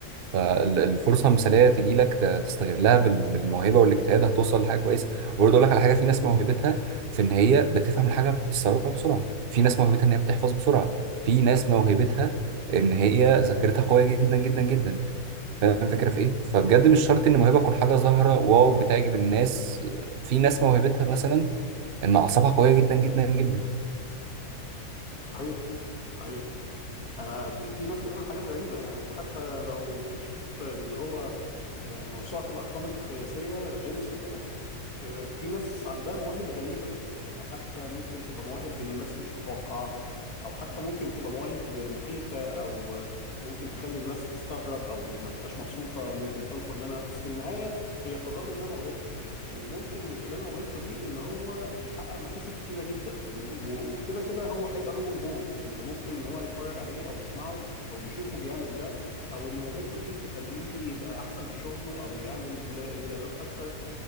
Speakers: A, on the right; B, on the left.
A: فالفرصه مثاليه تجي لك تستغلها بال- بالموهبه والاجتهاد هتوصل لحاجه كويسه وبرضه اقول لك على حاجه في ناس موهبتها في ان هي بتفهم الحاجه بتستوعبها بسرعه في ناس موهبتها ان هي بتحفظ بسرعه في ناس موهبتها ان هي ذاكرتها قويه جدا جدا جدا فاهم الفكره في ايه فبجد مش شرط ان الموهبه تكون حاجه ظاهره واو بتعجب الناس في ناس موهبتها مثلا ان اعصابها قويه جدا جدا جدا
B: صحيح صحيح انا في في ناس بتعمل حاجات غريبه يعني انت حتى لو بتشوف اللي هو آه، موسوعه الارقام القياسيه جينيس وكده آه، في ناس عندها مواهب غريبة حتى ممكن تبقى مواهب الناس مش متوقعها أو حتى ممكن تبقى مواهب مخيفة أو آه، ممكن تخلي الناس تستغرب أو ما تبقاش مبسوطة ممكن تنفر منها بس في النهاية هي تظل إنها موهبة وممكن من خلال موهبته دي إن هو يحقق مكاسب كتيرة جدا و- و- وكده كده هو هيبقى له جمهوره اللي ممكن إن هو يتفرج عليه أو يسمعه أو يشوفه بيعمل ده أو إن موهبته دي تخليه يبقى أحسن في شغله أو يعمل إنجازات أكتر